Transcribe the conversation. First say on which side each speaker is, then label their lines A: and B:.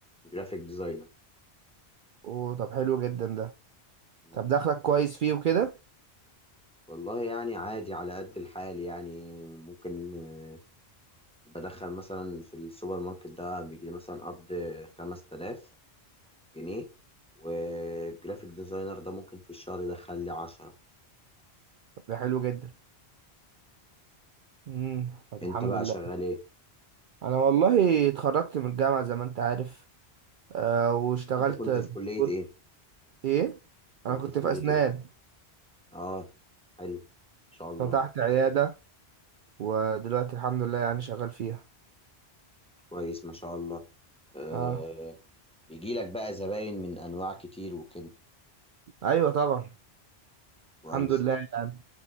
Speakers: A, in the centre; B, on the right.
A: جرافيك ديزاينر
B: اوه طب حلو جدا ده
A: مم.
B: طب دخلك كويس فيه وكده
A: والله يعني عادي على قد الحال يعني ممكن آه بدخل مثلا في السوبر ماركت ده بيجي لي مثلا قبض 5000 جنيه وجرافيك ديزاينر ده ممكن في الشهر يدخل لي 10
B: طب ده حلو جدا امم طب
A: انت
B: الحمد
A: بقى
B: لله
A: شغال ايه
B: انا والله اتخرجت من الجامعة زي ما انت عارف آه واشتغلت
A: وانت كنت
B: دكتور
A: في كلية ايه
B: ايه انا
A: كنت
B: كنت
A: في كلية
B: في اسنان
A: ايه اه حلو ما شاء الله
B: فتحت عيادة ودلوقتي الحمد لله يعني شغال فيها
A: كويس ما شاء الله آه
B: اه
A: بيجي لك بقى زباين من انواع كتير وكده
B: ايوه طبعا
A: كويس
B: الحمد لله يعني